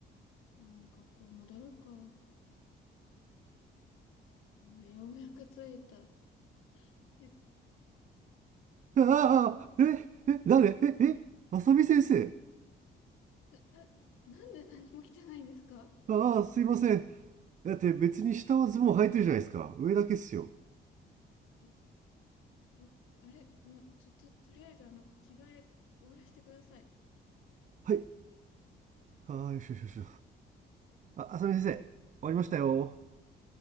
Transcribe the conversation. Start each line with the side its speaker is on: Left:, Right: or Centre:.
Left: うん、学校戻るか。うんようやく着いた。え、
Right: うかなああええ誰ええ浅見先生
Left: な、な、なんで何も着てないんですか
Right: ああすいませんだって別に下はズボン履いてるじゃないですか上だけっすよ
Left: いや、んあれ、ま、ちょ、と、とりあえずあの、着替え、おらしてください。
Right: はいああよしよしよしあ浅見先生終わりましたよ